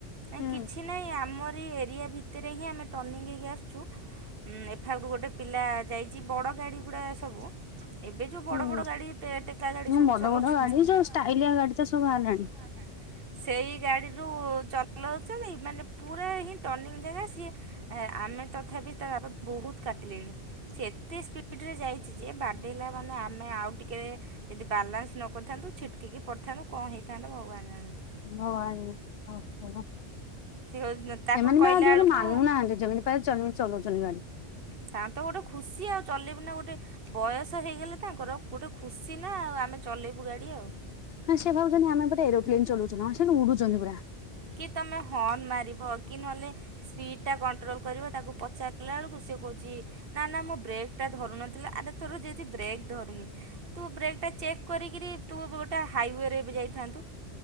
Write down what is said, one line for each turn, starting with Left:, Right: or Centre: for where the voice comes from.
Right: ନାଇଁ
Left: ହୁଁ
Right: କିଛି ନାହିଁ ଆମର ଏରିଆ ଭିତରେ ହିଁ ଆମେ ଟନିଙ୍ଗ୍ ହେଇକି ଆସୁଛୁ ହୁଁ ଏଫାଗୁ ଗୋଟେ ପିଲା ଯାଇଛି ବଡ଼ ଗାଡ଼ି ଗୁଡ଼ା ସବୁ ଏବେ ଯୋଉ
Left: ହୁଁ
Right: ବଡ ବଡ ଗାଡି ଟେ ଟେକା ଗାଡି
Left: ହଁ
Right: ସବୁ
Left: ବଡ
Right: ଚଲଉଛନ୍ତି।
Left: ବଡ ଗାଡି ସବୁ ଷ୍ଟାଇଲିଆ ଗାଡି ତ ସବୁ ଭାରିଲାଣି।
Right: <unintelligible> ସେଇ ଗାଡିରୁୁ ଚଲଉଛନ୍ତି ମାନେ ପୁରା ହିଁ ଟନିଙ୍ଗ୍ ଜାଗା ସିଏ ଆ ଆମେ ତଥାବି ତା ବାପ ବହୁତ୍ କାଟିଲେଣି। ସେ ଏତେ ସ୍ପିଡ୍ ରେ ଯାଇଛି ଯେ ବାଡେଇଲା ମାନେ ଆମେ ଆଉ ଟିକେ ଯଦି ବାଲାନ୍ସ୍ ନ କରିଥାନ୍ତୁ ଛିଟକିକି ପଡ଼ିଥାନ୍ତୁ କଣ ହେଇଥାନ୍ତା ଭଗବାନ ଜାଣନ୍ତି।
Left: ଭଗବାନ <unintelligible>
Right: ସେ ତାକୁ
Left: ଏମାନେ
Right: କହିଲା
Left: ବି ଆଉ ଆଜି
Right: ବେଳକୁ
Left: କାଲି ମାନୁ ନାହାଁନ୍ତି ଯେମିତି ପାରି ଚ ଚଲଉଛନ୍ତି ଗାଡି।
Right: ତାଙ୍କ ତ ଗୋଟେ ଖୁସି ଆଉ ଚଲେଇବୁ ନା ଗୋଟେ ବୟସ ହେଇଗଲେ ତାଙ୍କର ଗୋଟେ ଖୁସି ନା ଆଉ ଆମେ ଚଲେଇବୁ ଗାଡ଼ି ଆଉ।
Left: ନା ସେ ଭାବୁଛନ୍ତି ଆମେ ଗୋଟେ ଏରୋପ୍ଲେନ୍ ଚଲୁଛନ୍ତି ହଁ ସେ ତ ଉଡୁଛନ୍ତି ପୁରା।
Right: କି ତମେ ହଂର୍ଣ୍ଣ ମାରିବ କି ନହେଲେ ସ୍ପିଡ଼୍ ଟା କଣ୍ଟ୍ରୋଲ୍ କରିବ ତାକୁ ପଚାର ଗଲା ବେଳକୁ ସେ କହୁଛି ନା ନା ମୋ ବ୍ରେକ୍ ଟା ଧରୁନଥିଲା ଆରେ ତୋର ଯତି ବ୍ରେକ୍ ଧରୁନି ତୁ ବ୍ରେକ୍ ଟା ଚେକ୍ କରିକିରି ତୁ ବୁ ଗୋଟେ ହାଇୱେରେ ଏବେ ଯାଇଥାନ୍ତୁ।